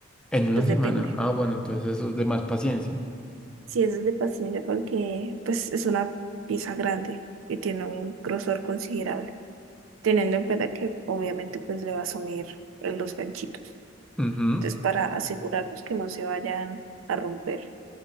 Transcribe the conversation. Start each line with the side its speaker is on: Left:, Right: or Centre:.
Centre: En una
Right: Pues
Centre: semana.
Right: depende.
Centre: Ah, bueno, entonces eso es de más paciencia.
Right: Sí, eso es de paciencia porque pues es una pieza grande y tiene un grosor considerable, teniendo en cuenta que obviamente pues le va a sumir eh, los ganchitos.
Centre: Ujú.
Right: Entonces, para asegurarnos que no se vayan a romper.